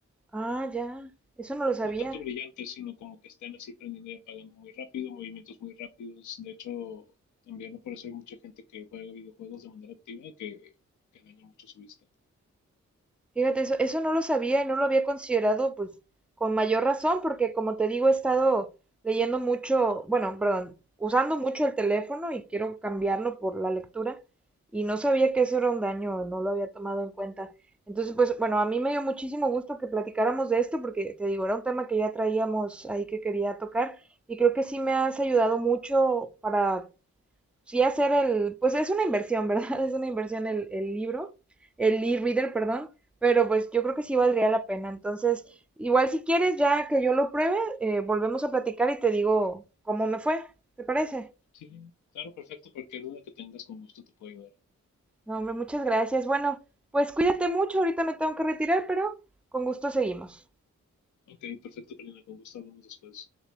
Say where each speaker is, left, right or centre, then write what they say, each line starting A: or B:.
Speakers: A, in the centre; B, on the left.
A: Ah, ya, eso no lo sabía.
B: No tanto brillantes, sino como que estén así prendiendo y apagando muy rápido, movimientos muy rápidos. De hecho, también ¿no? por eso hay mucha gente que juega videojuegos de manera activa que, que daña mucho su vista.
A: Fíjate, eso, eso no lo sabía y no lo había considerado, pues, con mayor razón, porque como te digo, he estado leyendo mucho, bueno, perdón, usando mucho el teléfono y quiero cambiarlo por la lectura y no sabía que eso era un daño, no lo había tomado en cuenta. Entonces, pues, bueno, a mí me dio muchísimo gusto que platicáramos de esto porque, te digo, era un tema que ya traíamos ahí que quería tocar y creo que sí me has ayudado mucho para sí hacer el, pues es una inversión, ¿verdad? <laughs> Es una inversión el, el libro, el e-reader, perdón, pero pues yo creo que sí valdría la pena. Entonces, igual si quieres, ya que yo lo pruebe, eh, volvemos a platicar y te digo cómo me fue, ¿te parece?
B: Sí, claro, perfecto. Cualquier duda que tengas, con gusto te puedo ayudar.
A: No, hombre, muchas gracias. Bueno, pues cuídate mucho, ahorita me tengo que retirar, pero con gusto seguimos.
B: Ok, perfecto, Karina, con gusto hablamos después.